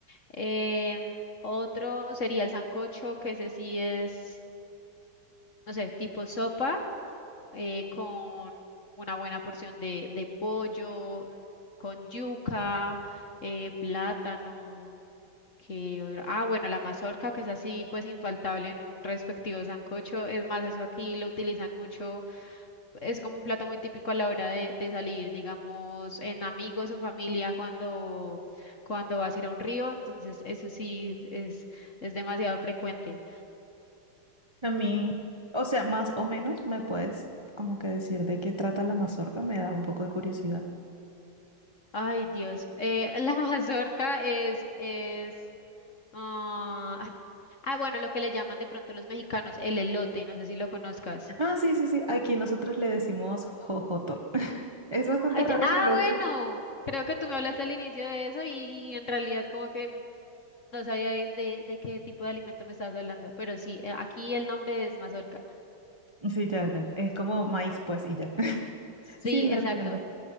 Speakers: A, on the left; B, on the right.
A: Em, otro sería el sancocho, que ese sí es, no sé, tipo sopa, eh, con una buena porción de, de pollo, mm, con yuca, eh, plátano, que otra? Ah, bueno, la mazorca, que es así, pues infaltable en un respectivo sancocho. Es más, eso aquí lo utilizan mucho es como un plato muy típico a la hora de, de salir, digamos, en amigos o familia cuando, cuando vas a ir a un río, entonces eso sí es, es demasiado frecuente.
B: A mí, o sea, más o menos me puedes como que decir de qué trata la mazorca, me da un poco de curiosidad.
A: Ay, Dios. Eh, <laughs> la mazorca es, es, ah, <laughs> ah, bueno, lo que le llaman de pronto los mexicanos, el elote, no sé si lo conozcas.
B: Ah, sí, sí, sí, aquí nosotros le decimos jojoto. <laughs> Es bastante
A: Ay,
B: raro,
A: ya- ah,
B: pero
A: bueno,
B: sí.
A: creo que tú me hablaste al inicio de eso y, y en realidad como que No sabía de, de- de qué tipo de alimento me estabas hablando, pero sí, eh, aquí el nombre es mazorca.
B: Sí, ya, ya. Es como maíz, pues, y ya. <laughs>
A: Sí,
B: Sí, la
A: exacto.
B: entiendo.